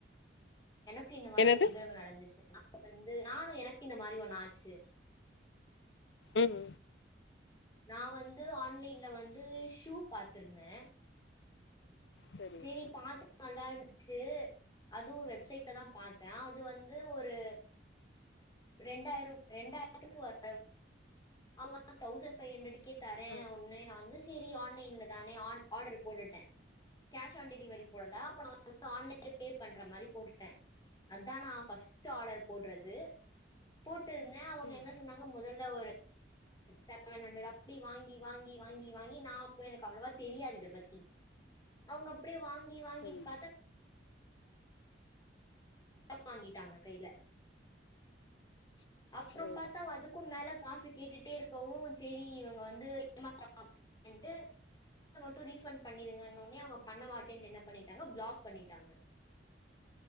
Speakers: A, on the left; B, on the left.
A: கு இந்த மாரி
B: என்னது?
A: ஒரு நிகழ்வு நடந்துச்சு வந்து நானு எனக்கு இந்த மாரி ஒண்ணு ஆச்சு
B: உம்
A: நா வந்து ஆன்லைன்ல வந்து ஷூ பாத்துருந்தே
B: சரிங்க.
A: செரி பாத்த நல்லாருந்துச்சு அதுவும் ஒரு வெப்சைட்ல தா பாத்தே அது வந்து ஒரு ரெண்டாயிரம் ரெண்டாயிரத்துக்கு <inaudible> அவங்க தௌசண்ட் பைவ் ஹண்ட்ரடுக்கே தரே
B: ஆ.
A: ஒன்னு நா வந்து சரி ஆன்லைன்ல தானே ஆன் ஆர்டர் போட்டுட்டே கேஷ் ஆன் டெலிவரி போடல அப்ப நா ஆன்லைன்ல பே பண்ற மாரி போட்டுட்டே அதா நா ஃபஸ்ட் ஆர்டர் போடுறது போட் ட்டுருந்தே அவங்க
B: ம்.
A: என்ன சொன்னாங்க மொதல <inaudible> செவன் ஹண்டரட் அப்டி வாங்கி வாங்கி வாங்கி வாங்கி நா அப்ப எனக்கு அவ்வளவா தெரியாது இத பத்தி அவங்க அப்படியே வாங் ங்கி வாங்கி
B: சரிங்க.
A: பாத்தா <inaudible> <inaudible> வாங்கிட்டாங்க கையில அப்புறம்
B: ம்,
A: பாத்தா அதுக்கும் மேல காசு கேட்டுட்டே இருக் இப்பவு செரி இவ்ங்க வந்து ஏமாத்துராங் <inaudible> ன்ட்டு <inaudible> த்த மட்டு ரீஃபண்ட் பண்ணிருங்கன்னே னே அவ்ங்க பண்ணமாட்டேன்ட்டு என்ன பண்ணிட்டாங்க பிளாக் பண்ணிட்டாங்க